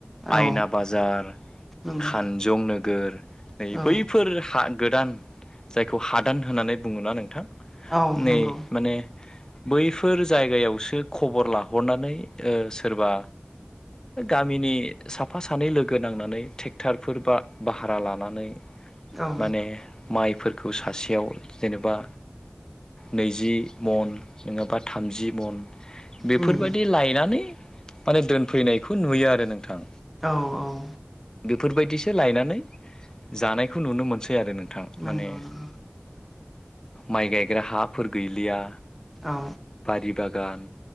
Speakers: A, on the left (about 15°); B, in the centre.
A: आयना
B: औ
A: बाजार
B: नंगौ
A: खानजं नोगोर नै
B: औ
A: बैफोर हा गोदान जायखौ हादान होननानै बुङोना नोंथां
B: औ
A: नै
B: नंगौ
A: माने बैफोर जायगायावसो खबर लाहरनानै सोरबा गामिनि साफा सानै लोगो नांनानै ट्रेक्टरफोर बा भाहारा लानानै
B: औ
A: माने माइ फोरखौ सासेयाव जेनेबा नैजि मन ङाबा थामजि मन बेफोरबायदि
B: उम
A: लायनानै माने दोनफैनायखौ नुयो आरो नोंथां
B: औ औ
A: बेफोरबायदिसो लायनानै जानायखौ नुनो मोनसै आरो नोंथां
B: नंगौ
A: माने
B: नंगौ
A: माइ गायग्रा हाफोर गैलिया
B: औ
A: बि बागान